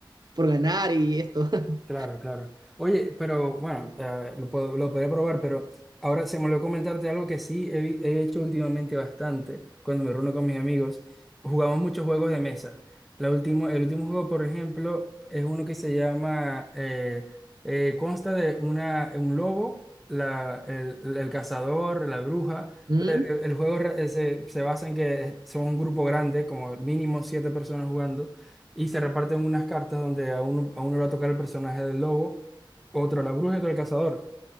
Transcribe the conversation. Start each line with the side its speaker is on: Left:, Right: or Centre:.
Right: por ganar y esto. <laughs>
Centre: Claro, claro. Oye, pero bueno, eh, lo, puedo- lo podría probar, pero ahora se me olvidó comentarte algo que sí he, vi- he hecho últimamente bastante cuando me reúno con mis amigos. Jugamos muchos juegos de mesa. La último, el último juego, por ejemplo, es uno que se llama, eh, eh, consta de una, un lobo, la, el, el cazador, la bruja.
Right: ¿Mm?
Centre: El, el juego re- eh, se, se basa en que son un grupo grande, como mínimo siete personas jugando y se reparten unas cartas donde a uno, a uno le va a tocar el personaje del lobo, otro la bruja y otro el cazador.